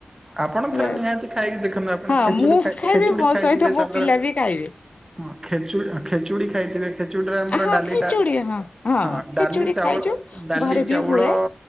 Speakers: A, on the right; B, on the left.
A: ଆପଣ
B: ହେଲା
A: ଥରେ ନିହାତି ଖାଇକି ଦେଖନ୍ତୁ ଆପଣ
B: ହଁ
A: ଖେଚୁଡ଼ି
B: ମୁଁ
A: ଖାଇ
B: ଖାଇବି
A: ଖେଚୁଡ଼ି
B: ମୋ
A: ଖାଇଥିବେ
B: ସହିତ ମୋ
A: ସାଧାରଣ
B: ପିଲା ବି ଖାଇବେ।
A: ହଁ ଖେଚୁଡ଼ି -ଖେଚୁଡ଼ି ଖାଇଥିବେ? ଖେଚୁଡ଼ିରେ ଆମର
B: ହଁ
A: ଡ଼ାଲି
B: ଖେଚୁଡି
A: ଟା
B: ହଁ
A: ହଁ
B: ଖେଚୁଡି
A: ଡ଼ାଲି ଚାଉଳ
B: ଖାଇଛୁ
A: - ଡ଼ାଲି
B: ଘରେ ବି
A: ଚାଉଳ
B: ହୁଏ